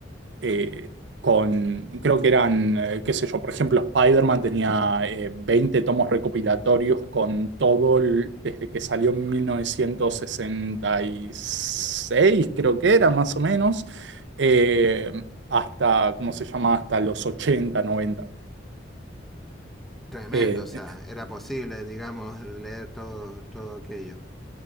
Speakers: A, on the right (about 75°); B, in the centre.
A: eh, con, creo que eran, eh, qué sé yo, por ejemplo, Spider-Man tenía eh, 20 tomos recopilatorios con todo, el- desde que salió en 1966 creo que era más o menos, eh, hasta, ¿cómo se llama? Hasta los ochenta noventa
B: Tremendo,
A: Eh,
B: o sea, era posible, digamos, leer todo, todo aquello,